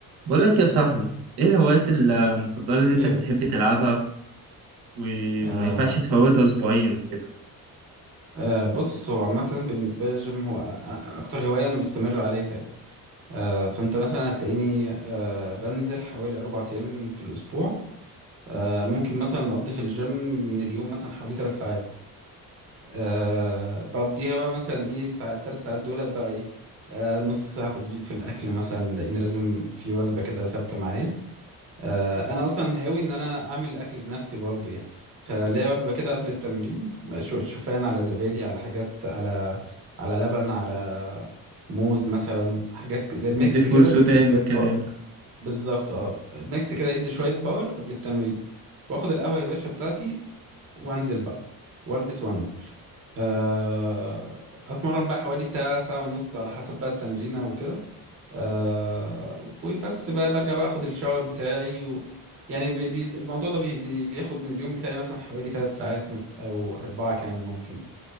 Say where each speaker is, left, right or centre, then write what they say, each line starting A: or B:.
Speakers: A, on the right; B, on the right.
A: بقول لك يا صاحبي ايه الهوايات المفضلة اللي انت
B: يبقى
A: بتحب تلعبها وما
B: آه
A: ينفعش تفوتها اسبوعيا كده
B: آه بص هو عامة بالنسبة لي الجيم هو أ- أ- أكتر هواية أنا مستمر عليها يعني. آه فأنت مثلا هتلاقيني آه بنزل حوالي أربع أيام في الأسبوع آه ممكن مثلا أقضي في الجيم من اليوم مثلا حوالي تلات ساعات آه بقضيها بقى مثلا إيه الساعة- التلات ساعات دولت بقى إيه آه نص ساعة تظبيط في الأكل مثلا لأن لازم في وجبة كده ثابتة معايا آه، انا اصلا هاوي ان انا اعمل الاكل بنفسي برضو يعني فليا وجبه كده قبل التمرين بقى شو- شوفان على زبادي على حاجات على على لبن على موز مثلا حاجات ك- زي ميكس
A: دي
B: كده
A: فول
B: بيدي
A: سوداني
B: شويه
A: والكلام
B: باور
A: ده
B: بالظبط اه
A: اه
B: ميكس كده يدي شويه باور قبل التمرين واخد القهوه يا باشا بتاعتي وانزل بقى والبس وانزل آه، اتمرن بقى حوالي ساعة ساعة ونص على حسب بقى التمرينة وكده آه وبس بقى برجع بقى اخد الشاور بتاعي و... يعني بي... بي... الموضوع ده بي... بي... بياخد من اليوم بتاعي مثلا حوالي ثلاث ساعات م- او اربعة كمان ممكن